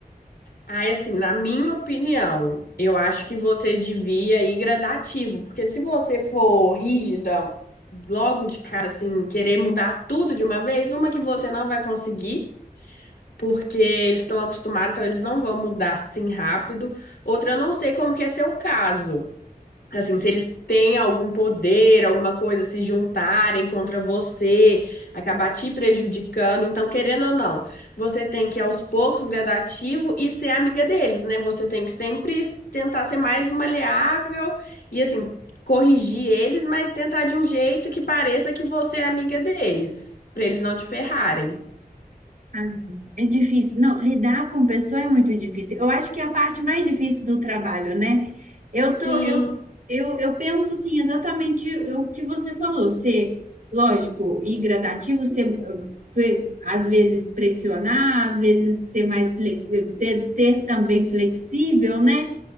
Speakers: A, on the left; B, on the right.
A: Aí, assim, na minha opinião, eu acho que você devia ir gradativo, porque se você for rígida logo de cara, assim, querer mudar tudo de uma vez, uma que você não vai conseguir, porque eles estão acostumados, então eles não vão mudar assim rápido. Outra, eu não sei como que é seu caso. Assim, se eles têm algum poder, alguma coisa, se juntarem contra você, acabar te prejudicando. Então, querendo ou não, você tem que ir aos poucos, gradativo, e ser amiga deles, né? Você tem que sempre tentar ser mais maleável e, assim, corrigir eles, mas tentar de um jeito que pareça que você é amiga deles, pra eles não te ferrarem.
B: Ah, É difícil. Não, lidar com pessoa é muito difícil. Eu acho que é a parte mais difícil do trabalho, né? Eu
A: Sim.
B: tô, eu, eu, eu penso assim, exatamente o que você falou, ser, lógico, e gradativo, ser eh, pe- às vezes pressionar, às vezes ter mais flexível, ser também flexível, né?